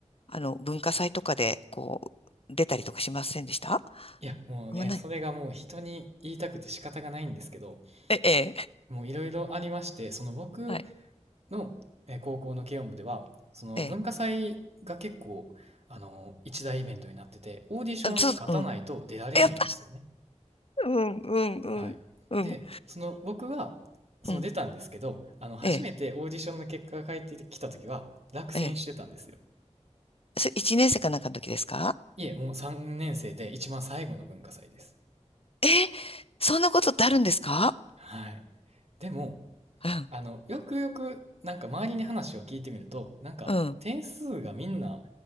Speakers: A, on the left (about 50°); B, on the right (about 60°).
A: あの、文化祭とかで、こう、出たりとかしませんでした
B: いや、もうね、
A: あんまない。
B: それがもう人に言いたくて仕方がないんですけど、
A: え、ええ、
B: もういろいろありまして、その僕
A: はい。
B: のえー高校の軽音部では、その文化祭が結構、
A: ええ。
B: あの、一大イベントになってて、オーディションに勝たないと出られないんですよね。
A: あそう、うん。やっぱ、<laughs> うん、うん、うん、
B: はい。
A: うん、
B: で、その僕は、その出たんですけど、
A: うん。
B: あの、初めてオーディションの結果が返ってきた時は、
A: ええ、
B: 落選してたんですよ。
A: ええ。それ一年生かなんかの時ですか
B: いえ、もう3年生で一番最後の文化祭です。
A: え、そんなことってあるんですか
B: はい。でも、
A: うん、
B: あの、よくよく、なんか周りに話を聞いてみると、なんか点数がみんな
A: うん。